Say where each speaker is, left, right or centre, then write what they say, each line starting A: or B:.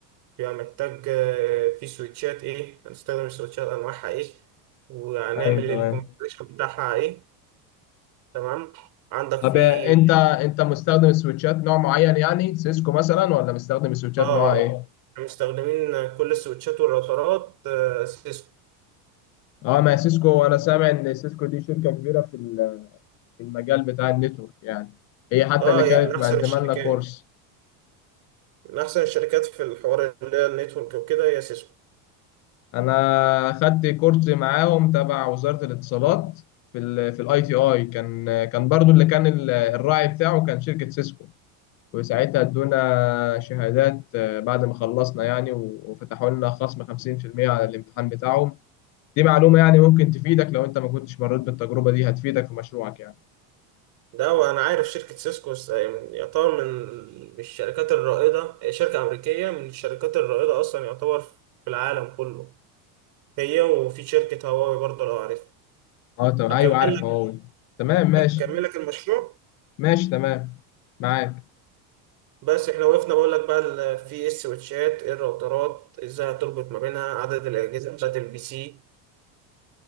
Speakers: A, on the right; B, on the left.
A: بيبقى محتاج آه، في سويتشات إيه هنستخدم السويتشات أنواعها إيه وهنعمل
B: ايوه تمام
A: الكونفيجريشن بتاعها إيه تمام عندك
B: طب
A: في
B: انت انت مستخدم السويتشات نوع معين يعني سيسكو مثلا ولا مستخدم السويتشات
A: آه
B: نوع ايه؟
A: مستخدمين كل السويتشات والراوترات آه، سيسكو
B: اه ما هي سيسكو انا سامع ان سيسكو دي شركة كبيرة في ال- في المجال بتاع النتورك يعني هي حتى
A: اه
B: اللي كانت
A: هي من احسن
B: مقدمة
A: الشركات
B: لنا كورس
A: من احسن الشركات في الحوار اللي هي النتورك وكده هي سيسكو
B: انا خدت كورس معاهم تبع وزارة الاتصالات في ال في الاي تي اي كان كان برضو اللي كان ال- الراعي بتاعه كان شركة سيسكو وساعتها ادونا شهادات آه، بعد ما خلصنا يعني و- وفتحوا لنا خصم 50% على الامتحان بتاعهم دي معلومة يعني ممكن تفيدك لو انت ما كنتش مريت بالتجربة دي هتفيدك في مشروعك يعني
A: ده وانا عارف شركة سيسكو س- يعني يعتبر من من الشركات الرائدة هي شركة امريكية من الشركات الرائدة اصلا يعتبر في العالم كله هي وفي شركة هواوي برضه لو عارفها
B: اه تمام
A: اكمل
B: ايوه عارف
A: لك
B: هواوي تمام ماشي
A: اكمل لك المشروع
B: ماشي تمام معاك
A: بس احنا وقفنا بقول لك بقى ال- في إيه السويتشات إيه الراوترات ازاي هتربط ما بينها عدد الاجهزة بتاعت البي سي